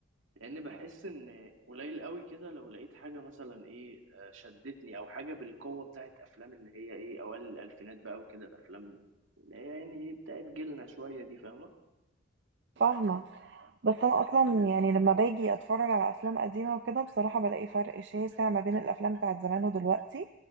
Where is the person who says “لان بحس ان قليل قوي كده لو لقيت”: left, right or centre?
Right